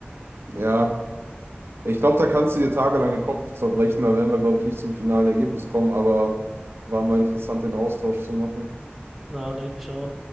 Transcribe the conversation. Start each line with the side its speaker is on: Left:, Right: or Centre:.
Right: ja. ich glaube, da kannst du dir tagelang den Kopf zerbrechen. Da werden wir, glaube ich, nicht zum finalen Ergebnis kommen, aber war mal interessant, den Austausch zu machen.
Centre: Na, denke ich schon.